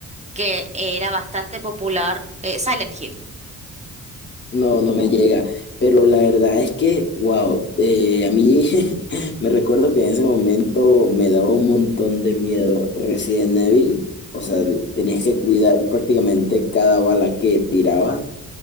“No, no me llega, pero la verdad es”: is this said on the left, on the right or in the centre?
Left